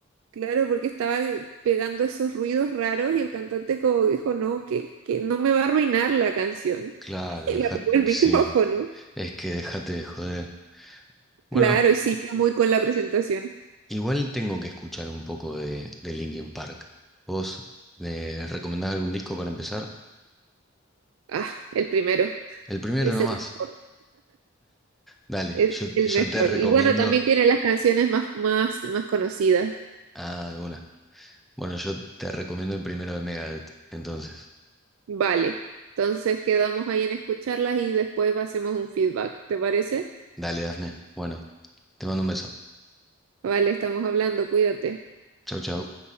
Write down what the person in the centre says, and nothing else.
Claro,
deja,
sí, es que déjate de joder. Bueno,
igual tengo que escuchar un poco de, de Linkin Park. ¿Vos me recomendás algún disco para empezar?
El primero
nomás.
Dale,
yo,
yo
te recomiendo.
Ah, una. Bueno, yo te recomiendo el primero de Megadeth. Entonces,
dale, Dafne. Bueno, te mando un beso.
Chau, chau.